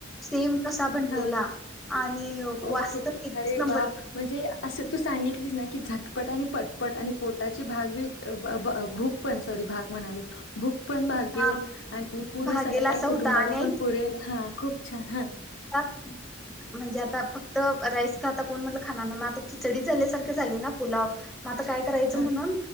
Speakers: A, in the centre; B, on the left.
A: सेम तस ता बनलेला
B: हां.
A: आणि वास
B: ओके.
A: तर एकचं
B: अरे
A: नंबर
B: वाह! म्हणजे असं तू सांगितलीस ना की झटपट आणि पटपट आणि पोटाची भाग बी भूक पण सॉरी भाग म्हणाली. भूक पण भागेल
A: हा
B: आणि पूर्ण
A: भागेला
B: सगळ्या
A: असा
B: कुटुंबाला
A: होता आणि
B: पण पुरेल हा खूप छान हा.
A: अच्छा
B: <inaudible>
A: म्हणजे आता फक्त राईस का आता कोण म्हणलं खाणार नाही मग आता खिचडीत झाल्यासारखे झाले ना पुलाव. म आता काय करायचं
B: हां,
A: म्हणून